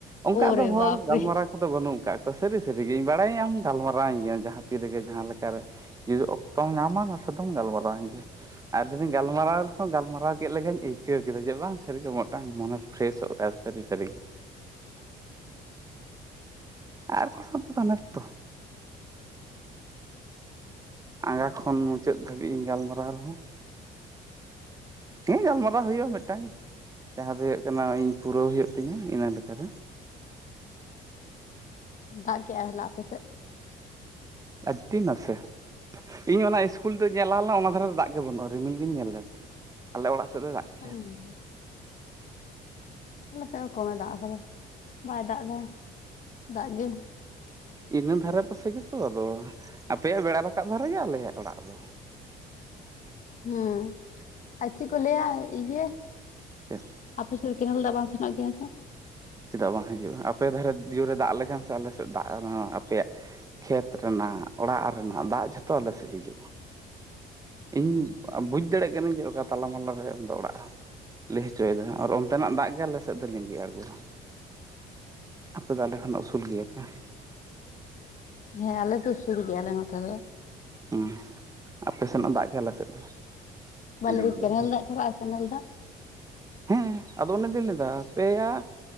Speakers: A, on the right (about 20°); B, on the left (about 50°).
A: ᱚᱱᱠᱟ
B: ᱳᱨᱮ
A: ᱟᱫᱚᱢ ᱦᱚᱲ
B: ᱵᱟᱯᱨᱮ
A: ᱜᱟᱞᱢᱟᱨᱟᱣ, ᱫᱚ ᱵᱟᱹᱱᱩᱜ ᱠᱟᱜ ᱠᱚ ᱥᱟᱹᱨᱤ ᱥᱟᱹᱨᱤᱜᱤᱧ ᱵᱟᱲᱟᱭᱟᱧ ᱟᱢ ᱜᱟᱞᱢᱟᱨᱟᱣᱤᱧ ᱜᱮᱭᱟᱢ ᱡᱟᱦᱟᱸ ᱛᱤ ᱨᱮᱜᱮ ᱡᱟᱦᱟᱸ ᱞᱮᱠᱟᱨᱮ ᱡᱩᱫᱤ ᱚᱠᱛᱚᱢ ᱧᱟᱢᱟ ᱱᱟᱥᱮ ᱫᱚᱢ ᱜᱟᱞᱢᱟᱨᱟᱣᱮᱱ ᱜᱮ᱾ ᱟᱨ ᱡᱩᱫᱤ ᱜᱟᱞᱟᱨᱟᱣ ᱞᱮᱦᱚᱸ ᱜᱟᱞᱢᱟᱨᱟᱣ ᱠᱮᱫ ᱞᱮᱠᱟᱧ ᱟᱹᱭᱠᱟᱹᱣ ᱠᱮᱫᱟ ᱡᱮ ᱵᱟᱝ ᱥᱟᱹᱨᱤᱜᱮ, ᱢᱤᱫᱴᱟᱝ ᱢᱚᱱᱮ ᱯᱷᱨᱮᱥᱚᱜ ᱠᱟᱱ ᱥᱟᱹᱨᱤ ᱥᱟᱹᱨᱤ ᱜᱮ᱾ ᱟᱨ ᱠᱚ ᱥᱟᱣ <unintelligible> ᱛᱚ ᱟᱸᱜᱟ ᱠᱷᱚᱱ ᱢᱩᱪᱟᱹᱫ ᱫᱷᱟᱹᱵᱤᱜ ᱤᱧ ᱜᱟᱞᱢᱟᱨᱟᱣ ᱨᱮᱦᱚᱸ, ᱦᱮᱸ ᱜᱟᱞᱢᱟᱨᱟᱣ ᱦᱩᱭᱩᱜᱼᱟ ᱢᱤᱫᱴᱟᱝ ᱡᱟᱦᱟᱸ ᱫᱚ ᱦᱩᱭᱩᱜ ᱠᱟᱱᱟ ᱤᱧ ᱯᱩᱨᱟᱹᱣ ᱦᱩᱭᱩᱜ ᱛᱤᱧᱟᱹ ᱤᱱᱟ ᱞᱮᱠᱟᱨᱮ᱾
B: ᱫᱟᱜᱽ ᱠᱮᱟᱭ ᱦᱚᱞᱟ ᱟᱯᱮ ᱥᱮᱜ?
A: ᱟᱹᱰᱤ ᱱᱟᱥᱮ᱾ ᱤᱧ ᱚᱱᱟ ᱤᱥᱠᱩᱞ ᱨᱮᱧ ᱧᱮᱞ ᱞᱟᱦᱟ ᱞᱮᱱᱟ ᱚᱱᱟ ᱫᱷᱟᱨᱮ ᱫᱚ ᱫᱟᱜᱽ ᱜᱮ ᱵᱟᱹᱱᱩᱜ-ᱟ ᱨᱤᱢᱤᱞ ᱜᱤᱧ ᱧᱮᱞ ᱞᱮᱫ ᱟᱞᱮ ᱚᱲᱟᱜ ᱥᱮᱫ, ᱫᱚᱭ ᱫᱟᱜ ᱠᱮᱫᱟᱭ
B: ᱦᱮᱸ, ᱟᱞᱮ ᱥᱮᱜ ᱦᱚᱸ ᱠᱚᱢᱮ ᱫᱟᱜᱽ ᱟᱠᱟᱫᱟ ᱵᱟᱭ ᱫᱟᱜᱽ ᱮᱫᱟ ᱫᱟᱜᱽ ᱜᱮ᱾
A: ᱤᱱᱟ ᱫᱷᱟᱨᱮ ᱯᱟᱥᱮ ᱜᱮᱛᱚ ᱟᱫᱚ ᱟᱯᱮᱭᱟᱜ ᱵᱮᱲᱟ ᱨᱟᱠᱟᱵ ᱫᱷᱟᱨᱮ ᱜᱮ ᱟᱞᱮᱭᱟᱜ ᱚᱲᱟᱜ ᱫᱚ᱾
B: ᱦᱮᱸ ᱟᱨ ᱪᱮᱝ ᱠᱚ ᱞᱟᱹᱭᱟ ᱤᱭᱟᱹ
A: ᱪᱮᱫ?
B: ᱟᱯᱮ ᱥᱮᱜ ᱠᱮᱱᱮᱞ ᱫᱚᱜ ᱵᱟᱝ ᱥᱮᱱᱚᱜ ᱜᱮᱭᱟ ᱥᱮ,
A: ᱪᱮᱫᱟᱜ ᱵᱟᱝ ᱦᱤᱡᱩᱜᱼᱟ ᱟᱯᱮ ᱫᱷᱟᱨᱮ ᱡᱳᱨᱮ ᱫᱟᱜᱽ ᱞᱮᱠᱷᱟᱱ ᱥᱮ ᱟᱞᱮ ᱥᱮᱫ ᱫᱟᱜᱽ ᱟᱯᱮᱭᱟᱜ, ᱠᱷᱮᱛ ᱨᱮᱱᱟᱜ ᱚᱲᱟᱜ ᱨᱮᱱᱟᱜ ᱫᱟᱜᱽ ᱡᱷᱚᱛᱚ ᱟᱞᱮ ᱥᱮᱜ ᱦᱤᱡᱩᱜᱼᱟ᱾ ᱤᱧ ᱟ ᱵᱩᱡᱽ ᱫᱟᱲᱮᱜ ᱠᱟᱹᱱᱟᱹᱧ ᱡᱮ ᱚᱠᱟ ᱛᱟᱞᱟ ᱢᱟᱞᱟ ᱨᱮ ᱫᱚ ᱚᱲᱟᱜ ᱫᱚ᱾ ᱞᱟᱹᱭ ᱦᱚᱪᱚᱭᱮᱫᱟ ᱟᱨ ᱚᱱᱛᱮᱱᱟᱜ ᱫᱟᱜᱽ ᱜᱮ ᱟᱞᱮᱥᱮᱫ ᱫᱚ ᱞᱤᱸᱜᱤ ᱟᱬᱜᱩᱣᱟ᱾ ᱟᱯᱮᱚ ᱟᱞᱮ ᱠᱷᱚᱱᱟᱜ ᱩᱥᱩᱞ ᱜᱮᱭᱟᱯᱮ,
B: ᱦᱮᱸ ᱟᱞᱮᱫᱚ ᱥᱩᱥᱩᱞ ᱜᱮᱭᱟᱞᱮ ᱱᱚᱛᱮ ᱫᱚ᱾
A: ᱦᱩᱸ ᱟᱯᱮ ᱥᱮᱱᱟᱜ ᱫᱟᱜᱽ ᱜᱮ ᱟᱞᱮ ᱥᱮᱫ ᱫᱚ᱾
B: ᱵᱟᱞᱮ
A: ᱞᱤᱸᱜᱤ
B: ᱠᱮᱱᱮᱞ
A: ᱟᱬᱜᱚᱱᱟ
B: ᱫᱟᱜᱽ ᱪᱟᱞᱟᱜ-ᱟ ᱠᱮᱱᱮᱞ ᱫᱟᱜᱽ,
A: ᱦᱮᱸ ᱟᱫᱚ ᱚᱱᱮᱫᱚᱧ ᱞᱟᱹᱭᱫᱟ ᱟᱯᱮᱭᱟᱜ